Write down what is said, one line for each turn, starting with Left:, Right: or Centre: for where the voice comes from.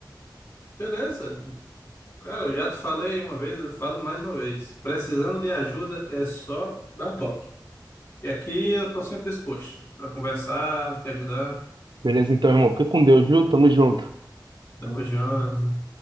Left: Beleza. Cara, eu já te falei uma vez, eu falo mais uma vez. Precisando de ajuda é só dar um toque. E aqui eu tô sempre disposto para conversar, te ajudar,
Right: Beleza, então, irmão. Fica com Deus, viu? Tamo junto.
Left: dar uma